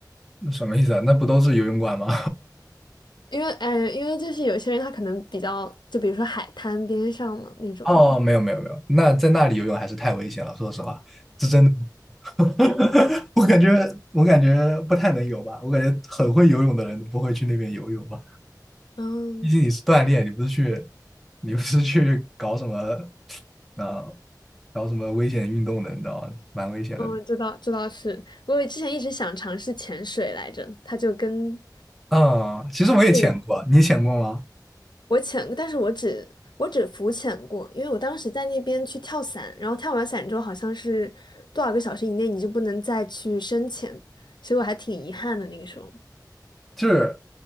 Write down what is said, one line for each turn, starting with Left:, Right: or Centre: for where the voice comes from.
Centre: 什么意思啊？那不都是游泳馆吗？
Left: 因为，呃，因为就是有些人他可能比较，就比如说海滩边上嘛那种。
Centre: <laughs> 哦，没有没有没有，那在那里游泳还是太危险了，说实话，这真的。<laughs> 我感觉，我感觉不太能游吧。我感觉很会游泳的人都不会去那边游泳吧。
Left: 嗯。
Centre: 毕竟你是锻炼，你不是去，你不是去搞什么啊、搞什么危险运动的，你知道吗？蛮危险的
Left: 嗯，知道知道是，我之前一直想尝试潜水来着，它就跟
Centre: 啊、其实我也潜过啊，
Left: 这个
Centre: 你潜过吗？
Left: 我潜，但是我只我只浮潜过，因为我当时在那边去跳伞，然后跳完伞之后好像是多少个小时以内你就不能再去深潜，所以我还挺遗憾的那个时候。
Centre: 就是